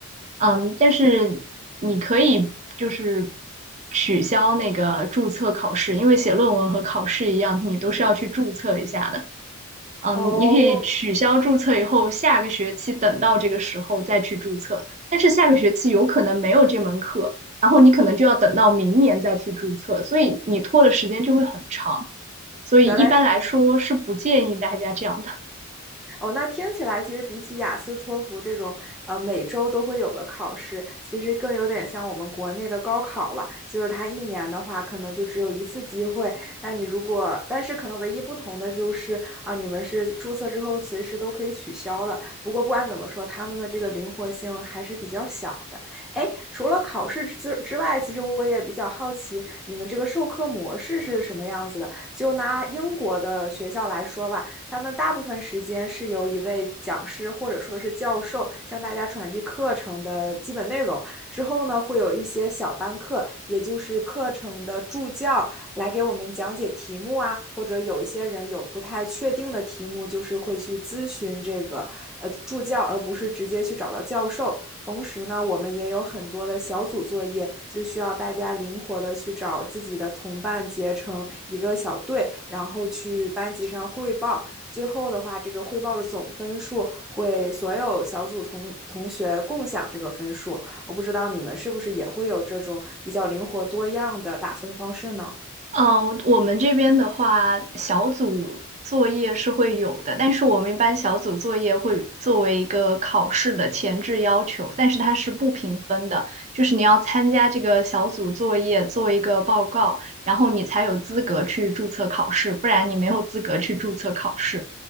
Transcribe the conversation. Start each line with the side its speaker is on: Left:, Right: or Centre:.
Right: 嗯，但是你可以就是取消那个注册考试，因为写论文和考试一样，你都是要去注册一下的。嗯，
Centre: 哦，
Right: 你可以取消注册以后，下个学期等到这个时候再去注册，但是下个学期有可能没有这门课，然后你可能就要等到明年再去注册，所以你拖的时间就会很长。所以一般来说是不建议大家这样的。
Centre: 原来是哦，那听起来其实比起雅思、托福这种呃每周都会有的考试，其实更有点像我们国内的高考了。就是它一年的话，可能就只有一次机会。但你如果，但是可能唯一不同的就是啊、你们是注册之后随时都可以取消的。不过不管怎么说，他们的这个灵活性还是比较小的。哎，除了考试之之外，其实我也比较好奇你们这个授课模式是什么样子的。就拿英国的学校来说吧，他们大部分时间是由一位讲师或者说是教授向大家传递课程的基本内容。之后呢，会有一些小班课，也就是课程的助教来给我们讲解题目啊，或者有一些人有不太确定的题目，就是会去咨询这个呃助教，而不是直接去找到教授。同时呢，我们也有很多的小组作业，就需要大家灵活的去找自己的同伴，结成一个小队，然后去班级上汇报。最后的话，这个汇报的总分数会所有小组同同学共享这个分数。我不知道你们是不是也会有这种比较灵活多样的打分方式呢？
Right: 嗯，我们这边的话，小组作业是会有的，但是我们一般小组作业会作为一个考试的前置要求，但是它是不评分的，就是你要参加这个小组作业，做一个报告，然后你才有资格去注册考试，不然你没有资格去注册考试。